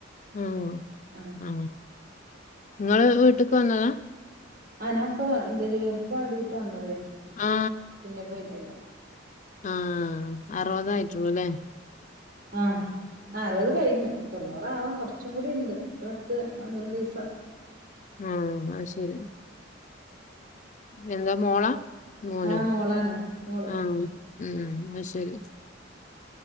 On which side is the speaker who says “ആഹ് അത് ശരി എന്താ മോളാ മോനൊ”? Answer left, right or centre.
Left